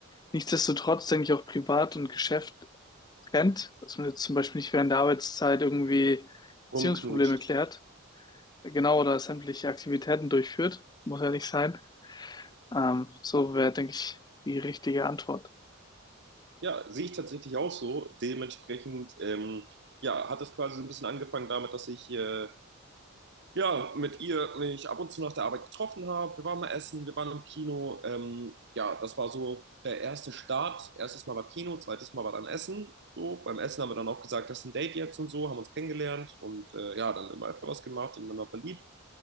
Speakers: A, on the left; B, on the right.
A: nichtsdestotrotz, denke ich, auch privat und Geschäft trennt, dass man jetzt zum Beispiel nicht während der Arbeitszeit irgendwie Beziehungsprobleme
B: rumknutscht.
A: klärt, genau, oder sämtliche Aktivitäten durchführt, muss ja nicht sein. Ähm, so wäre, denke ich, die richtige Antwort.
B: Ja, sehe ich tatsächlich auch so. Dementsprechend, ähm, ja, hat es quasi so ein bisschen angefangen damit, dass ich äh, ja, mit ihr mich ab und zu nach der Arbeit getroffen habe. Wir waren mal essen, wir waren im Kino. Ähm, ja, das war so der erste Start. Erstes Mal war Kino, zweites Mal war dann Essen. So, beim Essen haben wir dann auch gesagt, das ist ein Date jetzt und so, haben uns kennengelernt und äh, ja, dann immer öfter was gemacht, ineinander verliebt.